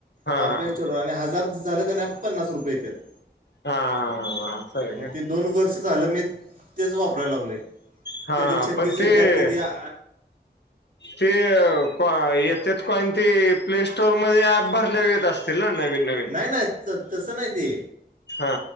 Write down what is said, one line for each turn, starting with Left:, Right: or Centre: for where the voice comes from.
Left: हा
Right: हां प्ले
Left: हा
Right: स्टोरवर आणि हजार झालं का नाही पन्नास रुपये येत्यात.
Left: हा हा ह अस हाय
Right: मग
Left: काय्
Right: ते दोन वर्ष झालं मी तेच वापराय लागलोय
Left: हा
Right: कधी
Left: हा
Right: छत्तीस
Left: पण
Right: येतत
Left: ते
Right: कधी आ
Left: ते कोय येत्यात कॉइन ते प्ले स्टोरमध्ये अऍप भरल्यावर येत असतील ना नवीन नवीन
Right: नाही नाही तसं नाही ते
Left: हा